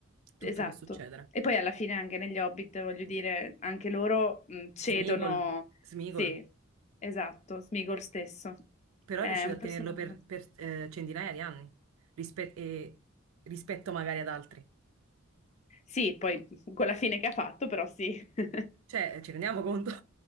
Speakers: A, on the right (about 80°); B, on the left (about 30°).
A: Tutto
B: Esatto.
A: può succedere.
B: E poi alla fine anche negli Hobbit, voglio dire, anche loro mh, cedono.
A: Smigol, Smigol,
B: Sì, esatto, Smigol stesso.
A: però
B: È
A: è riuscito
B: un
A: a
B: personaggio
A: tenerlo per,
B: molto...
A: per, eh, centinaia di anni rispe- e- rispetto magari ad altri.
B: Sì, poi con la fine che ha fatto, però sì. <laughs>
A: Cioè, ci rendiamo conto? <laughs>